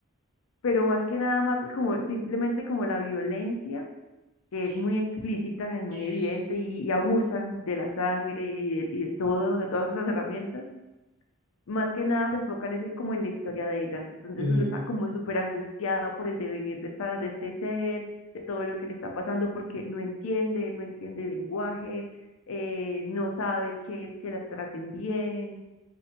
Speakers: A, on the left; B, on the right.
A: pero más que nada más como simplemente como la violencia,
B: sí,
A: que es muy explícita y muy
B: eso.
A: evidente, y, y abusan de la sangre y de, y de todo, de todas esas herramientas más que nada se enfocan es como en la historia de ella. Entonces
B: Mm.
A: uno está como súper angustiado por el devenir de esta, de este ser, de todo lo que le está pasando, porque no entiende, no entiende el lenguaje, eh, no sabe qué es que la traten bien.